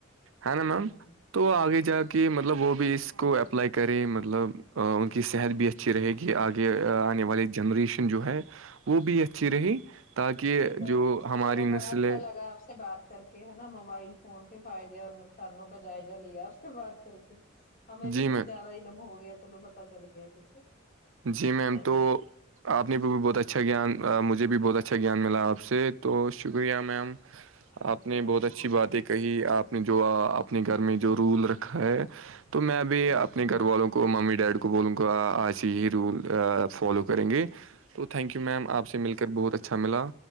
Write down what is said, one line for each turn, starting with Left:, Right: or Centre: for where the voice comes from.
Right: ہے نا میم
Left: ہاں
Right: تو آگے جا کے مطلب وہ بھی اس کو اپلائی کرے مطلب ا ان کی صحت بھی اچھی اچھی رہے گی آگے آنے
Left: ہاں
Right: والی جنریشن جو ہے وہ بھی اچھی رہی تاکہ
Left: صحیح بات
Right: جو
Left: ہے
Right: ہماری
Left: چلو بڑا
Right: نسل
Left: اچھا
Right: ہے
Left: لگا آپ سے اس سے بات کر کے ہے نا موبائل فون کے فائدے اور نقصانوں کا جائزہ لیا اس سے بات کر کے ہمیں
Right: جی
Left: بھی
Right: میم
Left: کچھ زیادہ ہی دم ہو گیا چلو پتا چل گیا کچھ
Right: جی میم
Left: اور
Right: تو آپ نے بھی بھی بہت اچھا گیان مجھے بھی بہت اچھا گیان ملا آپ سے تو شکریہ میم آپ نے
Left: ہاں
Right: بہت اچھی
Left: جی
Right: باتیں کہی آپ جو اپنے گھر میں جو رول رکھا ہے تو میں بھی
Left: ہ
Right: اپنے گھر والوں کو ممی ڈیڈی کو بولوں ہی رول فالو کریں گے تو تھینک یو میم آپ سے مل کر بہت اچھا ملا